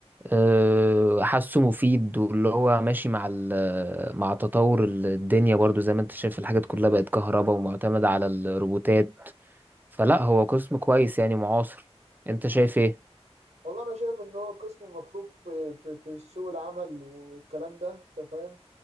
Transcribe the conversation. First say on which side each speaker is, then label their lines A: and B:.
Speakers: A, on the right; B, on the right.
A: آه، حاسه مفيد واللي هو ماشي مع ال- مع تطور ال- الدنيا برضو زي ما انت شايف الحاجات كلها بقت كهرباء ومعتمدة على الروبوتات فلا هو قسم كويس يعني معاصر انت شايف ايه
B: والله انا شايف ان هو قسم مطلوب في في في سوق العمل والكلام ده انت فاهم